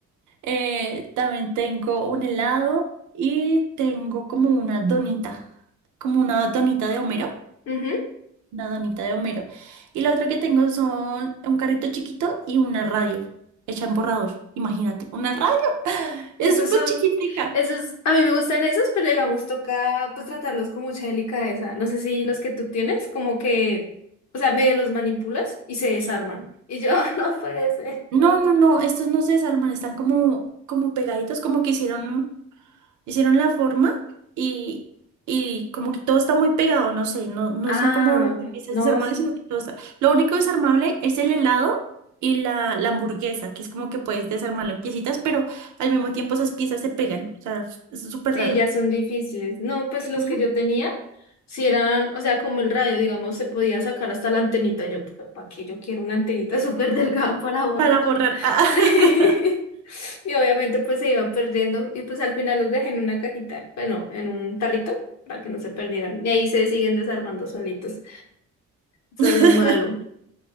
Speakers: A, on the right; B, on the left.
A: Eh, también tengo un helado y tengo como una donita, como una donita de Homero,
B: ujú.
A: una donita de Homero. Y lo otro que tengo son un carrito chiquito y una radio hecha en borrador. Imagínate, una radio. <laughs>
B: Esos
A: Es súper
B: son,
A: chiquitica.
B: esos, a mí me gustan esos, pero digamos, toca pues tratarlos con mucha delicadeza. No sé si los que tú tienes, como que, o sea, medio los manipulas y se desarman. Y yo, <laughs> no puede ser.
A: No, no, no, estos no se desarman, están como, como pegaditos, como que hicieron. hicieron la forma y, y como que todo está muy pegado, no sé, no, no
B: Ah,
A: son como
B: ok.
A: piezas
B: No.
A: desarmables, sino que todo está... Lo único desarmable es el helado y la, la hamburguesa, que es como que puedes desarmarlo en piecitas, pero al mismo tiempo esas piezas se pegan, o sea, es súper
B: Sí,
A: raro.
B: ya son difíciles. No, pues los
A: Ujú.
B: que yo tenía, si eran, o sea, como el radio, digamos, se podía sacar hasta la antenita. Yo, pero ¿para qué yo quiero una antenita <laughs> súper delgada para borrar?
A: Para
B: <laughs>
A: borrar. Ah.
B: Sí.
A: <laughs>
B: Y obviamente pues se iban perdiendo y pues al final los dejé en una cajita, bueno, en un tarrito para que no se perdieran. Y ahí se siguen desarmando solitos. Eso
A: Entonces
B: es lo malo.